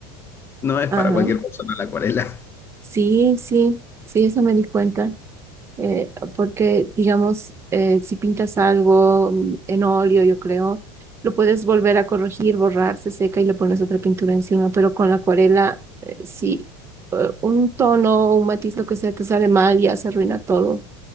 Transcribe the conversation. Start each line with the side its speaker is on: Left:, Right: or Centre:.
Left: No es
Right: Ajá.
Left: para cualquier persona la acuarela. <laughs>
Right: Sí, sí, sí, eso me di cuenta. eh, porque, digamos, eh, si pintas algo mm, en óleo, yo creo, lo puedes volver a corregir, borrar, se seca y le pones otra pintura encima, pero con la acuarela, eh, si eh, un tono o un matiz, lo que sea, te sale mal, ya se arruina todo,